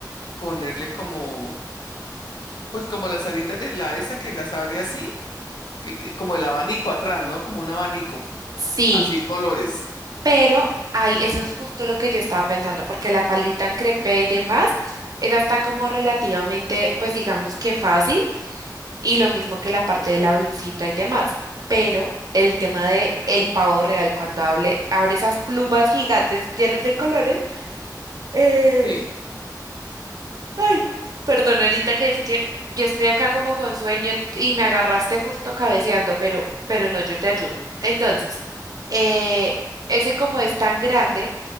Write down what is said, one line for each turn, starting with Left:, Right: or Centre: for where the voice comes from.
Left: ponerle como pues como las alitas de la esa que las abre así, que, que- como el abanico atrás, ¿no? Como un abanico,
Right: Sí,
Left: así en colores.
Right: pero ay, eso es justo lo que yo estaba pensando, porque la faldita en crepé y demás, esa está como relativamente, pues digamos que fácil, y lo mismo que la parte de la blusita y demás, pero el tema de el pavo real, cuando hable, abre esas plumas gigantes llenas de colores. eh,
Left: Sí.
Right: Ay, perdón, Anita, que es que yo estoy acá como con sueño y me agarraste justo cabeceando, pero, pero no, yo te ayudo. Entonces, eh, ese como es tan grande,